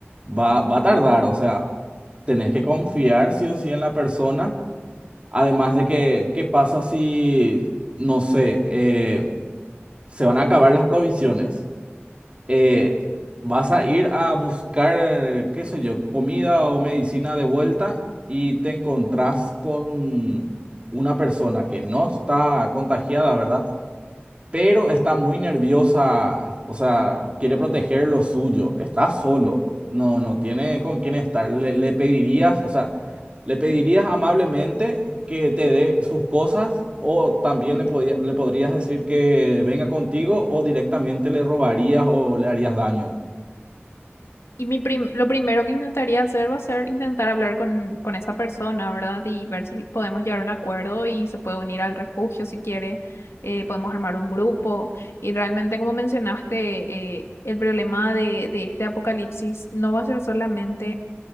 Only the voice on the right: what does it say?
Va, va a tardar, o sea, tenés que confiar sí o sí en la persona. Además de que, ¿qué pasa si, no sé, eh, se van a acabar las provisiones? eh, vas a ir a buscar, eh, qué sé yo, comida o medicina de vuelta y te encontrás con una persona que no está contagiada, ¿verdad? pero está muy nerviosa, o sea, quiere proteger lo suyo, está solo, no, no tiene con quién estar. Le, le pedirías, o sea, le pedirías amablemente que te dé sus cosas o también le, podía- le podrías decir que venga contigo o directamente le robarías o le harías daño.